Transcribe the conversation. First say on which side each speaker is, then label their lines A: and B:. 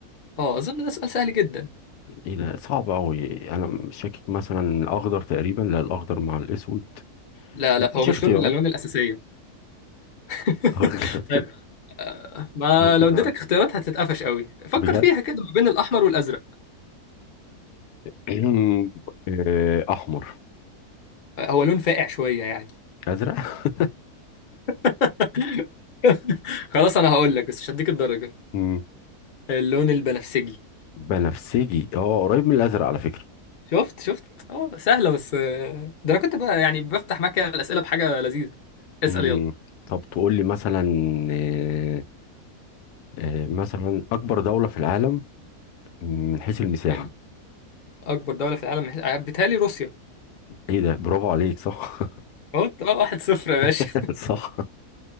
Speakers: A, on the left; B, on the left.
A: آه أظن ده سؤال سهل جدا
B: إيه ده صعب أوي أنا مش شاكك مثلا أخضر تقريبا لا الأخضر مع الأسود
A: لا
B: مفيش
A: لا هو مش
B: اختيارات
A: لون من الألوان الأساسية <laughs>
B: <laughs> أخضر
A: طيب آه، ما
B: أخضر
A: لو اديتك اختيارات هتتقفش قوي فكر
B: بجد
A: فيها كده ما بين الأحمر والأزرق
B: <clears throat> آه أحمر
A: آه، هو لون فاقع شوية يعني
B: أزرق <laughs>
A: <laughs> خلاص أنا هقول لك بس مش هديك الدرجة
B: مم.
A: اللون البنفسجي
B: بنفسجي أه قريب من الأزرق على فكرة
A: شفت شفت اه سهلة بس آه، ده انا كنت بقى يعني بفتح معاك الأسئلة بحاجة لذيذة اسأل
B: مم.
A: يلا
B: طب تقول لي مثلا آه آه مثلا أكبر دولة في العالم من حيث المساحة
A: من أكبر دولة في العالم مح- آه، بيتهيألي روسيا
B: إيه ده برافو عليك صح
A: اه آه، واحد صفر يا باشا
B: <laughs>
A: <laughs>
B: صح